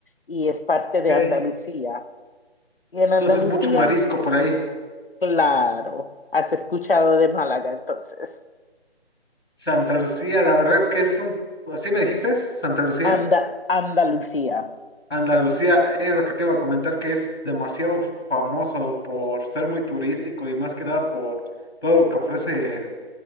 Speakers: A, on the left; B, on the left.
A: y es parte de
B: Ok.
A: Andalucía. Y en Andalucía,
B: Entonces, mucho marisco por ahí.
A: claro, has escuchado de Málaga entonces.
B: Santa Lucía, la verdad es que es un... ¿Así me dijiste? ¿Santa Lucía?
A: Anda, Andalucía.
B: Andalucía es lo que te iba a comentar, que es demasiado famoso por ser muy turístico y más que nada por todo lo que ofrece en,